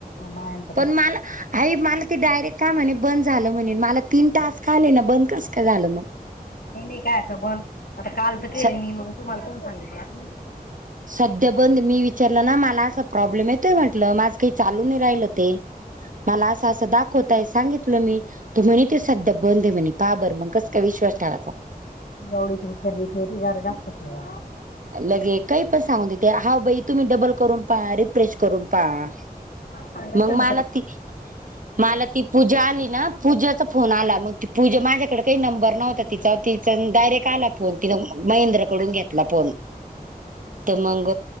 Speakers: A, on the left; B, on the right.
A: बा <unintelligible>
B: पण मला आई मला ते डायरेक्ट का म्हणे बंद झालं म्हणे मला तीन टास्क आले ना बंद कस का झालं मग.
A: नाही नाही कायचं बंद आता काल तर केले
B: स
A: मी मग तुम्हाला करून सांगितलं असत.
B: सध्या बंद मी विचारलं ना मला असा प्रॉब्लेम येतोय म्हटलं माझ काही चालू नाही राहिलं ते. मला असं असं दाखवतय सांगितलं मी त म्हणे त सध्या बंद आहे म्हणे काबर मग कस. काय विश्वास ठेवायचा
A: गवडीची उतरची फेती जर जास्त केला <unintelligible>
B: लगे काही पण सांगून देते हा बाई तुम्ही डबल करून पहा रिफ्रेश करून पहा.
A: सांगायचं
B: मग
A: ना
B: मला
A: काही
B: ती मला ती पूजा आली ना पूजाचा फोन आला मग त पूजा माझ्याकडे काही नंबर नव्हता तिचा ती पण डायरेक्ट आला फोन तिनें महेंद्रकडून घेतला फोन तर मंग